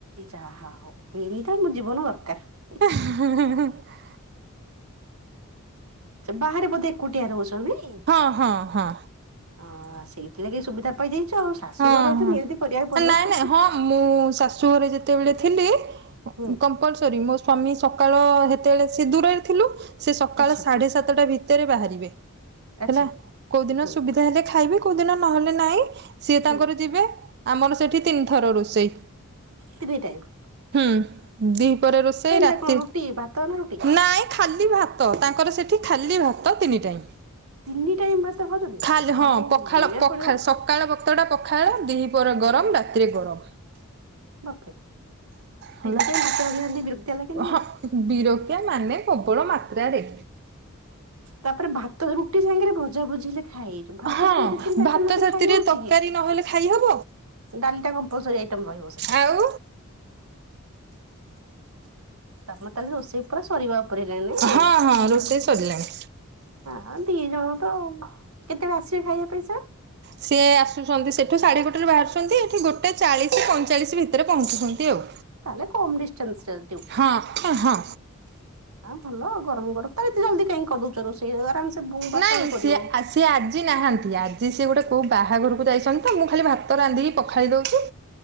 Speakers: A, on the right (about 80°); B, on the right (about 45°).
A: ଯାହା ହଉ <unintelligible> ମୋ ଜୀବନ ଦରକାର।
B: <inaudible>
A: ବାହାରେ ବୋଧେ ଏକୁଟିଆ ରହୁଛ ନାଇଁ?
B: ହଁ ହଁ ହଁ।
A: ହଁ, ସେଇଥିଲାଗି ସୁବିଧା ପାଇ ଯାଇଛ ଆଉ। ଶାଶୁ
B: ହଁ
A: ଘର ହେଇଥିଲେ
B: ହଁ
A: ନିହାତି କରିବାକୁ ପଡ଼ିବ।
B: ନାଇଁ ନାଇଁ ହଁ ମୁଁ ଶାଶୁ ଘରେ ଯେତେବେଳେ ଥିଲି
A: ହୁଁ।
B: କରି ସରି ମୋ ସ୍ଵାମୀ ସକାଳ ହେତେବେଳେ ସେ ଦୂରରେ ଥିଲୁ ସେ ସକାଳ
A: ଆଚ୍ଛା
B: ସାଢେ ସାତଟା ଭିତରେ ବାହାରିବେ
A: ଆଚ୍ଛା
B: ହେଲା। କୋଉ ଦିନ
A: ହୁଁ
B: ସୁବିଧା ହେଲେ ଖାଇବେ କୋଉ ଦିନ ନହେଲେ ନହିଁ ସିଏ ତାଙ୍କର
A: ହୁଁ
B: ଯିବେ ଆମର ସେଠି ତିନିଥର ରୋଷେଇ
A: ତିନି ଟାଇମ୍?
B: ହୁଁ ଦି ପରେ ରୋଷେଇ ରାତି
A: ଯାକ କଣ ରୁଟି ଭାତ ନା ରୁଟି?
B: ନାଇଁ ଖାଲି ଭାତ ତାଙ୍କର ସେଇଠି ଖାଲି ଭାତ ତିନି ଟାଇମ୍।
A: ତିନି ଟାଇମ ଭାତ ଖାଉଚନ୍ତି
B: ଖାଲି
A: ଯାହା
B: ହଁ
A: ହଉ
B: ପଖାଳ
A: ମାନିବାକୁ
B: ପଖାଳ
A: ପଡିବ।
B: ସକାଳ ବକ୍ତଟା ପଖାଳ ଦି ପରେ ଗରମ ରାତିରେ ଗରମ।
A: ବାପରେ।
B: ହେଲା
A: ତିନି ଟାଇମ ଭାତ ରାନ୍ଧି ରାନ୍ଧି ବିରକ୍ତିଆ ଲାଗେନି ଆଉ।
B: ହଁ ବିରକିଆ ମାନେ ପ୍ରବଳ ମାତ୍ରାରେ।
A: ତାପରେ ଭାତ ରୁଟି ସାଙ୍ଗରେ ଭଜା ଭଜି ହେଲେ ଖାଇହେ ଭାତ
B: ହଁ
A: ସାଙ୍ଗେ ଦି ତିନଟା
B: ଭାତ
A: ଆଇଟମ ନହେଲେ
B: ସାଥିରେ
A: ଖାଇ ହଉଚି
B: ତରକାରୀ
A: କି?
B: ନହେଲେ ଖାଇହବ
A: ଡାଲିଟା କମ୍ପଲସରି ଆଇଟମ ରହିବ ସେଥିରେ।
B: ଆଉ
A: ତମେ ତାହେଲେ ରୋଷେଇ ପୁରା ସରିବାଉପରେ ହେଲାଣି ନାଇଁ?
B: ହଁ ହଁ ରୋଷେଇ ସରିଲାଣି।
A: ହ ଦି ଜଣ ତ। କେତେଳେ ଆସିବେ ଖାଇବା ପାଇଁ ସାର୍?
B: ସିଏ ଆସୁଛନ୍ତି ସେଠୁ ସାଢେ ଗୋଟେରେ ବାହାରୁଚନ୍ତି ଏଠି ଗୋଟେ ଚାଳିଶ ପଇଁଚାଳିଶ ଭିତରେ ପହଞ୍ଚୁଚନ୍ତି ଆଉ।
A: ତାହଲେ କମ୍ ଡିସଷ୍ଟନ୍ସରେ ଡିଉଟି।
B: ହଁ ହଁ।
A: ହଁ ଭଲ ଗରମ ଗରମ ତ ଏତେ ଜଲଦି କାହିଁକି କରିଦଉଚ ରୋଷେଇ ଆରାମ ସେ ବଟା
B: ନାଇଁ
A: ବଳୁ କରିବ।
B: ସିଏ ସିଏ ଆଜି ନାହାଁନ୍ତି ଆଜି ସିଏ ଗୋଟେ କେଉଁ ବାହାଘରକୁ ଯାଇଚନ୍ତି ତ ମୁଁ ଖାଲି ଭାତ ରାନ୍ଧିକି ପଖାଳି ଦେଉଚି